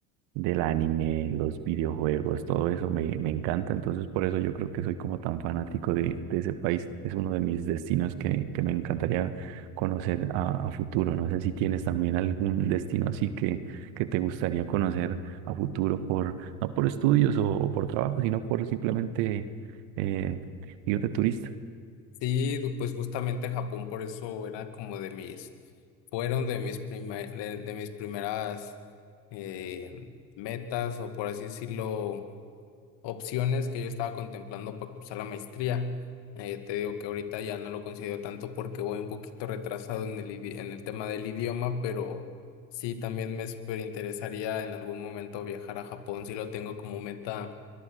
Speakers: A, on the right (about 70°); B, on the left (about 65°).
A: del anime, los videojuegos, todo eso me, me encanta, entonces por eso yo creo que soy como tan fanático de, de ese país, es uno de mis destinos que, que me encantaría conocer a, a futuro, no sé si tienes también algún destino así que, que te gustaría conocer a futuro por, no por estudios o, o por trabajo, sino por simplemente eh, ir de turista.
B: Sí, du- pues justamente Japón por eso era como de mis, fueron de mis prime- de, de mis primeras eh, metas o por así decirlo, opciones que yo estaba contemplando para cursar la maestría. Eh, te digo que ahorita ya no lo considero tanto porque voy un poquito retrasado en el, idi- en el tema del idioma, pero sí, también me súper interesaría en algún momento viajar a Japón, si lo tengo como meta.